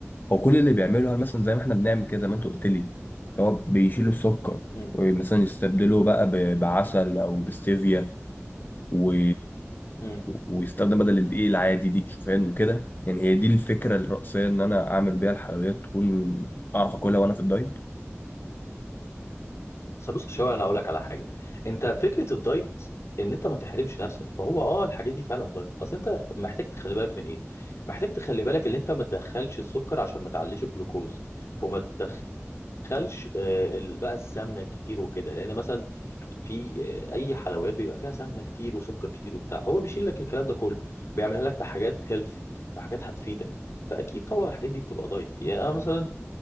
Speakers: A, on the left (about 40°); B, on the left (about 65°).
A: هو كل اللي بيعمله هل مثلا زي ما احنا بنعمل كده زي ما انت قلت لي اللي هو بيشيلوا السكر
B: امم
A: ومثلا يستبدلوه بقى ب- بعسل او بستevia و...
B: امم
A: ويستخدم بدل الدقيق العادي دقيق شوفان وكده يعني هي دي الفكرة الرئيسية إن أنا أعمل بيها الحلويات تكون أعرف أكلها وأنا في الدايت
B: بس بص شويه انا اقول لك على حاجه انت فكره الدايت ان انت ما تحرمش نفسك فهو اه الحاجات دي فعلا دايت اصل انت محتاج تخلي بالك من ايه محتاج تخلي بالك ان انت ما تدخلش السكر عشان ما تعليش الجلوكوز وما تدخلش آه، ال- بقى السمنه كتير وكده لان مثلا في آه، اي حلويات بيبقى فيها سمنه كتير وسكر كتير وبتاع هو بيشيل لك الكلام ده كله بيعملها لك بحاجات هيلثي فحاجات هتفيدك فاكيد طبعا الحاجات دي بتبقى دايت يعني أنا مثلا